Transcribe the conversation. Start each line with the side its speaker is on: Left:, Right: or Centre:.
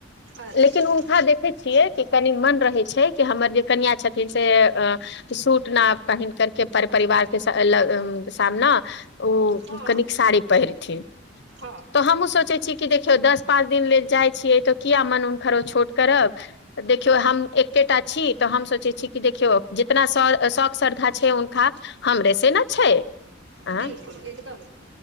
Right: अच्छा
Left: लेकिन हुनका देखैत छियै कि कनि मन रहै छै कि हमर जे कनिआ छथिन से अ सूट न पहिन करके पर परिवार के लग सामना ओ
Right: हँ
Left: कनिक साड़ी पहिरथिन
Right: हँ
Left: तऽ हमु सोचै ठीके देखौ दस पाँच दिन लेल जाइ छियै त किया मन हुनकरो छोट करब देखियो हम एकेटा छी तऽ हम सोचै छी कि देखियौ ज तना शौक श्रद्धा छै उनका हमरे से ने छै आँ
Right: बिलकुल एकदम